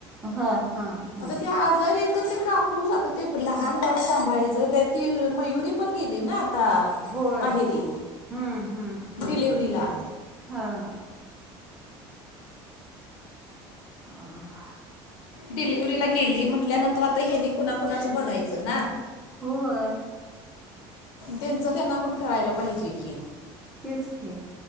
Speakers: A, in the centre; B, on the left.
A: हां, हां, हां.
B: आता ते आजार येत, ते काकूच आता, ते लहान बाळ सांभाळायचं.. त्या ती मयुरी पण गेली ना आता.
A: होय.
B: माहेरीे,
A: हं, हं, हं.
B: डिलिव्हरीला.
A: हां. अ <unintelligible>
B: डिलिव्हरीला गेली म्हंटल्यानंतर, आता हेनी कुणाकुणाचं बघायचं ना!
A: होय.
B: त्यांचं त्यांना पण कळायला पाहिजे की.
A: तेच की,